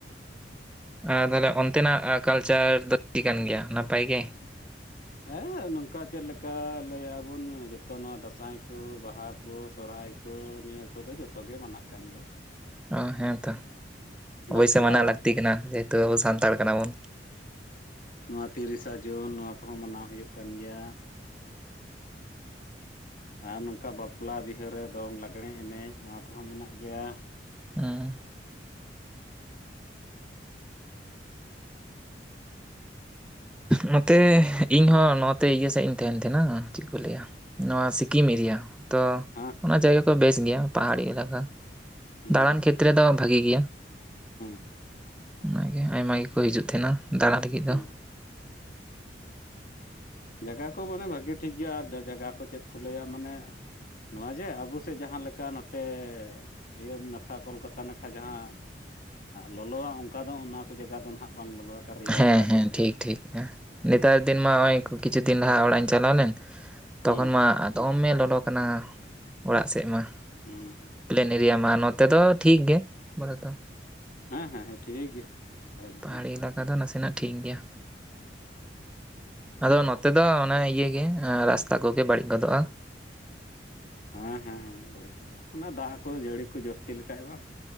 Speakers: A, in the centre; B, on the left.
A: ᱟᱨ ᱛᱟᱦᱞᱮ ᱚᱱᱛᱮᱱᱟᱜ ᱠᱟᱞᱪᱟᱨ ᱫᱚ ᱪᱮᱫ ᱠᱟᱱ ᱜᱮᱭᱟ ᱱᱟᱯᱟᱭ ᱜᱮ
B: ᱦᱮᱸ ᱱᱚᱝᱠᱟ ᱪᱮᱫ ᱞᱮᱠᱟ ᱞᱟᱹᱭᱟ ᱵᱚᱱ ᱡᱚᱛᱚ ᱱᱚᱣᱟ ᱫᱟᱸᱥᱟᱭ ᱠᱚ ᱵᱟᱦᱟ ᱠᱚ ᱥᱚᱨᱚᱦᱟᱭ ᱛᱚ ᱱᱤᱭᱟᱹ ᱠᱚᱫᱚ ᱡᱚᱛᱚᱜᱮ ᱢᱟᱱᱟᱜ ᱠᱟᱱ ᱜᱮᱭᱟ
A: ᱚ ᱦᱮᱸᱛᱚ ᱚᱵᱚᱥᱥᱳᱭ
B: ᱵᱟᱯᱞᱟ
A: ᱢᱟᱱᱟᱜ ᱞᱟᱹᱠᱛᱤ ᱠᱟᱱᱟ ᱡᱮᱦᱮᱛᱩ ᱟᱵᱚ ᱥᱟᱱᱛᱟᱲ
B: ᱦᱳᱭ ᱦᱳᱭ
A: ᱠᱟᱱᱟ ᱵᱚᱱ
B: ᱱᱚᱣᱟ ᱛᱤᱨᱤᱥᱟ ᱡᱩᱱ ᱱᱚᱣᱟ ᱠᱚᱦᱚᱸ ᱢᱟᱱᱟᱣ ᱦᱩᱭᱩᱜ ᱠᱟᱱ ᱜᱮᱭᱟ ᱟᱨ ᱱᱚᱝᱠᱟ ᱵᱟᱯᱞᱟ ᱵᱤᱦᱟᱹᱨᱮ ᱫᱚᱝ ᱞᱟᱜᱽᱲᱮ ᱮᱱᱮᱡ ᱱᱚᱣᱟ ᱠᱚᱦᱚᱸ ᱢᱮᱱᱟᱜ ᱜᱮᱭᱟ
A: ᱦᱩᱸ ᱱᱚᱛᱮ ᱤᱧᱦᱚᱸ ᱱᱚᱛᱮ ᱤᱭᱟᱹ ᱥᱮᱫ ᱤᱧ ᱛᱟᱦᱮᱱ ᱠᱟᱱᱟ ᱪᱮᱫ ᱠᱚ ᱞᱟᱹᱭᱟ ᱱᱚᱣᱟ ᱥᱤᱠᱤᱢ ᱮᱨᱤᱭᱟ ᱛᱚ
B: ᱦᱮᱸ
A: ᱚᱱᱟ ᱡᱟᱭᱜᱟ ᱠᱚ ᱵᱮᱥ ᱜᱮᱭᱟ ᱯᱟᱦᱟᱲᱤ ᱮᱞᱟᱠᱟ
B: ᱦᱩᱸ
A: ᱫᱟᱬᱟᱱ ᱠᱷᱮᱛᱨᱮ ᱫᱚ ᱵᱷᱟᱜᱤ ᱜᱮᱭᱟ
B: <inaudible>
A: ᱚᱱᱟᱜᱮ ᱟᱭᱢᱟ ᱜᱮᱠᱚ ᱦᱤᱡᱩᱜ ᱛᱟᱦᱮᱱᱟ ᱫᱟᱬᱟ ᱞᱟᱹᱜᱤᱫ
B: ᱦᱮᱸ
A: ᱫᱚ
B: ᱡᱟᱭᱜᱟ ᱠᱚ ᱢᱟᱱᱮ ᱵᱷᱟᱹᱜᱤ ᱴᱷᱤᱠ ᱜᱮᱭᱟ ᱟᱨ ᱡᱟᱭᱜᱟ ᱠᱚ ᱪᱮᱫ ᱠᱚ ᱞᱟᱹᱭᱟ ᱢᱟᱱᱮ ᱱᱚᱣᱟ ᱡᱮ ᱟᱵᱚ ᱥᱮᱫ ᱡᱟᱦᱟᱸ ᱞᱮᱠᱟ ᱱᱚᱛᱮ ᱤᱭᱟᱹ ᱱᱟᱠᱷᱟ ᱠᱳᱞᱠᱟᱛᱟ ᱱᱟᱠᱷᱟ ᱡᱟᱦᱟᱸ ᱞᱚᱞᱚᱣᱟ ᱚᱱᱠᱟ ᱫᱚ ᱚᱱᱟ ᱠᱚ ᱡᱟᱭᱜᱟ ᱫᱚ ᱱᱟᱦᱟᱜ ᱵᱟᱝ ᱞᱚᱞᱚᱣᱟ ᱟᱠᱟᱱ ᱨᱮᱭᱟᱲ
A: ᱦᱮᱸ
B: ᱫᱷᱟᱨᱟ
A: ᱦᱮᱸ
B: ᱜᱮ ᱵᱩᱡᱷᱟᱹᱜᱼᱟ
A: ᱴᱷᱤᱠ ᱴᱷᱤᱠ, ᱱᱮᱛᱟᱨ ᱫᱤᱱ ᱢᱟ ᱱᱚᱜᱼᱚᱭ ᱠᱤᱪᱷᱩ ᱫᱤᱱ ᱞᱟᱦᱟ ᱚᱲᱟᱜ ᱤᱧ ᱪᱟᱞᱟᱣ ᱞᱮᱱ ᱛᱚᱠᱷᱚᱱ
B: ᱦᱮᱸ
A: ᱢᱟ ᱫᱚᱢᱢᱮ ᱞᱚᱞᱚ ᱠᱟᱱᱟ ᱚᱲᱟᱜ ᱥᱮᱫ ᱢᱟ
B: ᱦᱮᱸ
A: ᱯᱞᱮᱱ ᱮᱨᱤᱭᱟ ᱢᱟ ᱱᱚᱛ ᱡᱷᱚᱛᱚ ᱴᱷᱤᱠ ᱜᱮ ᱵᱚᱞ <unintelligible> ᱛᱚ
B: ᱦᱮᱸ ᱦᱮᱸ ᱦᱮᱸ ᱴᱷᱤᱠ ᱜᱮᱭᱟ ᱮᱠᱫᱚᱢ
A: ᱯᱟᱦᱟᱲᱤ ᱮᱞᱟᱠᱟ ᱫᱚ ᱱᱟᱥᱮᱱᱟᱜ ᱴᱷᱤᱠ ᱜᱮᱭᱟ ᱟᱫᱚ ᱱᱚᱛᱮ ᱫᱚ ᱚᱱᱮ ᱤᱭᱮ ᱜᱮ ᱨᱟᱥᱛᱟ ᱠᱚᱜᱮ ᱵᱟᱹᱲᱤᱡ ᱜᱚᱫᱚᱜᱼᱟ
B: ᱦᱮᱸ ᱦᱮᱸ ᱦᱮᱸ ᱵᱟᱹᱲᱤᱡ ᱪᱟᱵᱟᱜ ᱚᱱᱟ ᱫᱟᱜ ᱠᱚ ᱡᱟᱹᱲᱤ ᱠᱚ ᱡᱟᱹᱥᱛᱤ ᱞᱮᱠᱷᱟᱡ ᱵᱟᱝ